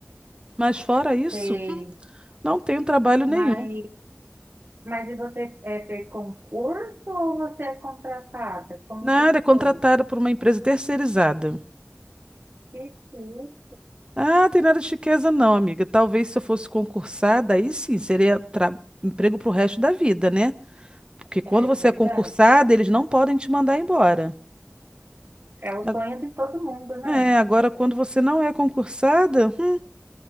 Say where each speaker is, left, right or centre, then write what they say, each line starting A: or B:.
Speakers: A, on the right; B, on the right.
A: Mas fora isso,
B: sei.
A: não tenho trabalho nenhum.
B: Mas, mas e você é, fez concurso ou você é contratada? Como
A: Nada,
B: que
A: é contratada
B: foi?
A: por uma empresa terceirizada.
B: Difícil.
A: Ah, tem nada de chiqueza não, amiga. Talvez se eu fosse concursada, aí sim, seria tra- emprego pro resto da vida, né? Porque quando
B: É
A: você
B: verdade.
A: é concursada, eles não podem te mandar embora.
B: É o sonho
A: A-
B: de todo mundo, né?
A: É, agora quando você não é concursada, hum,